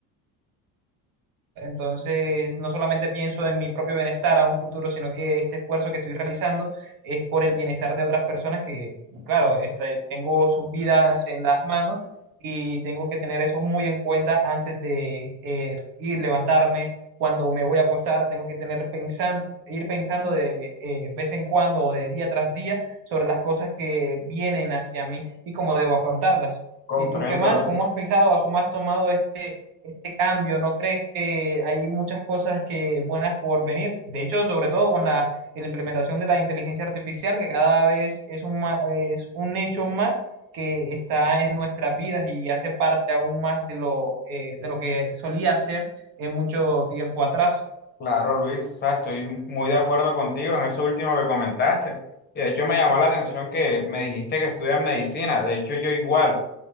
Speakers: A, on the right; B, on the left.
A: entonces, no solamente pienso en mi propio bienestar a un futuro, sino que este esfuerzo que estoy realizando es por el bienestar de otras personas que, claro, este, tengo sus vidas en las manos y tengo que tener eso muy en cuenta antes de eh, ir, levantarme, cuando me voy a acostar, tengo que tener pensando, ir pensando de eh, vez en cuando o de día tras día sobre las cosas que vienen hacia mí y cómo debo afrontarlas.
B: Comprendo,
A: ¿Y tú qué más?
B: Luis.
A: ¿Cómo has pensado, cómo has tomado este este cambio? ¿No crees que hay muchas cosas que buenas por venir? De hecho, sobre todo con la, la implementación de la inteligencia artificial, que cada vez es un, ma- es un hecho más que está en nuestras vidas y hace parte aún más de lo, eh, de lo que solía ser en mucho tiempo atrás.
B: Claro, Luis. O sea, estoy muy de acuerdo contigo en eso último que comentaste. Y de hecho me llamó la atención que me dijiste que estudias medicina. De hecho, yo igual.